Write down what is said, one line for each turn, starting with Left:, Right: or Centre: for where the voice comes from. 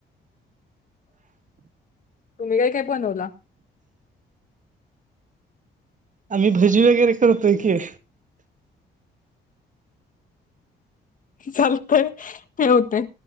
Left: तुम्हीं कायं कायं बनवलां
Right: आम्हीं भजी वगैरें करतोयं की
Left: चालतंय ठेवते